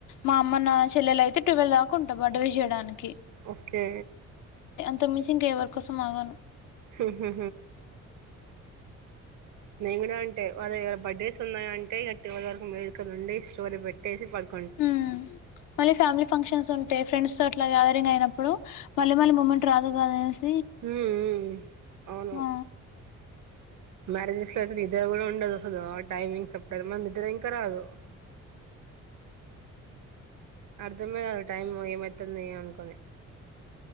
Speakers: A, on the left (about 85°); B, on the right (about 75°).
A: మా అమ్మ నా చెల్లెలు అయితే ట్వెల్వ్ దాకా ఉంటా బర్తడే విష్ చేయడానికి
B: ఓకే
A: అంతకుమించి ఎవరు కోసం ఆగను
B: హు హు మేను కూడా అంటే వాళ్ ఎవరు బర్త్డేస్ ఉన్నాయ అంటే ట్వల్ వరకు మేలుకోండి స్టోరి పెట్టేసి పడుకు
A: ఉమ్ మళ్ళీ ఫ్యామిలీ ఫంక్షన్స్ ఉంటె ఫ్రెండ్స్ తో అట్లా రిగ్ అయినప్పుడు మళ్ళీ మళ్ళీ మూమెంట్ రాదు కద అనేసి
B: ఉ ఉ హు అవును
A: ఆ
B: మ్యారేజెస్ లో అయితే నిదరా కూడా ఉండదుసలు టైమింగ్స్ అప్పుడ మ నిద్ర ఇంకా రాదు అర్థమే గాదు అ టైమ్ ఏమైతాండో మెంద్య అనుకునే